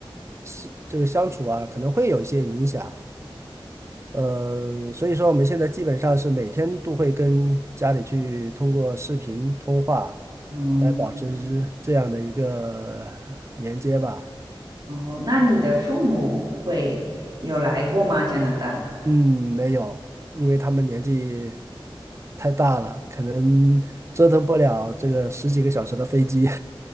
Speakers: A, on the right; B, on the right.
A: 是这个相处啊，可能会有一些影响。嗯，所以说我们现在基本上是每天都会跟家里去通过视频通话
B: 嗯，
A: 来保持这样的一个连接吧。
B: 哦，那你的父母会有来过吗？加拿大？
A: 嗯，没有，因为他们年纪太大了，可能折腾不了这个十几个小时的飞机。<laughs>